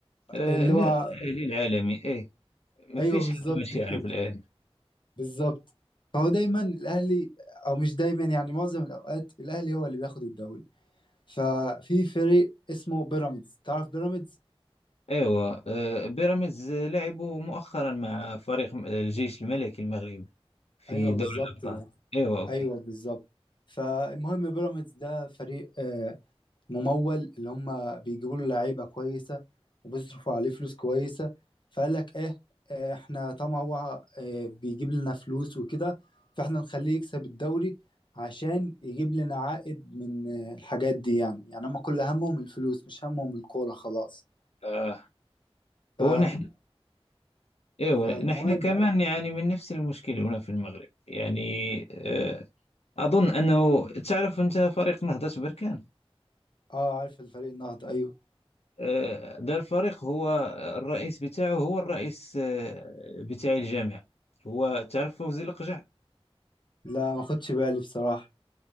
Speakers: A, on the left; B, on the left.
A: آه،
B: اللي
A: الن-
B: هو
A: الأهلي العالمي إيه ما
B: ايوه
A: فيش
B: بالظبط
A: حد مش يعرف
B: كده
A: الأهلي
B: بالظبط فهو دايما الاهلي او مش دايما يعني معظم الاوقات الاهلي هو اللي بياخد الدوري ففي فريق اسمه بيراميدز تعرف بيراميدز
A: أيوة آه، بيراميدز لعبوا مؤخرا مع فريق م- الجيش الملكي المغربي في
B: ايوه بالظبط
A: دوري الأبطال
B: ده
A: أيوة أوكي
B: ايوه بالظبط فالمهم بيراميدز ده فريق آه، ممول اللي هم بيجيبوا له لعيبه كويسه وبيصرفوا عليه فلوس كويسه فقال لك ايه آه، احنا طبعا هو آه، بيجيب لنا فلوس وكده فاحنا نخليه يكسب الدوري عشان يجيب لنا عائد من آه، الحاجات دي يعني يعني هم كل همهم الفلوس مش همهم الكوره خلاص
A: آه،
B: ف
A: هو نحن أيوة
B: فالمهم
A: نحن كمان يعني من نفس المشكلة هنا في المغرب يعني آه، أظن أنه تعرف أنت فريق نهضة بركان
B: اه عارف الفريق النهضه ايوه
A: آه، ده الفريق هو الرئيس بتاعه هو الرئيس آه، بتاع الجامعة هو تعرف فوزي القجع
B: لا ما خدش بالي بصراحه